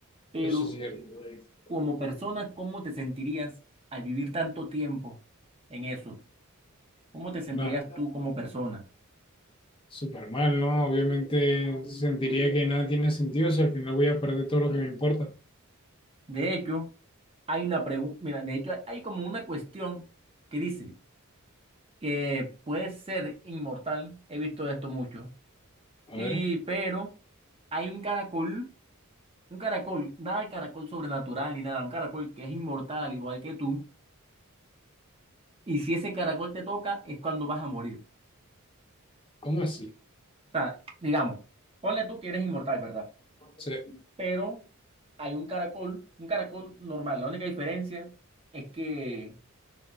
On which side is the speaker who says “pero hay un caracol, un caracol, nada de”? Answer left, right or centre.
Right